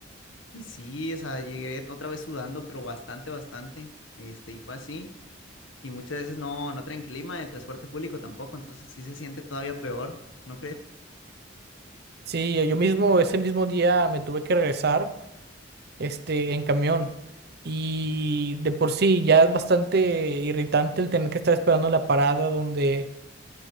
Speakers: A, on the left; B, on the right.
A: Y sí, o sea, llegué otra vez sudando, pero bastante, bastante. Este, y fue así. Y muchas veces no, no traen clima, el transporte público tampoco, entonces sí se siente todavía peor, ¿no crees?
B: Sí, yo mismo ese mismo día me tuve que regresar este, en camión. Y de por sí ya es bastante irritante el tener que estar esperando en la parada donde